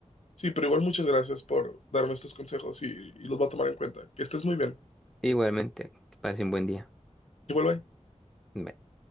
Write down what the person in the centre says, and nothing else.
Igualmente, que pase un buen día.
Bye.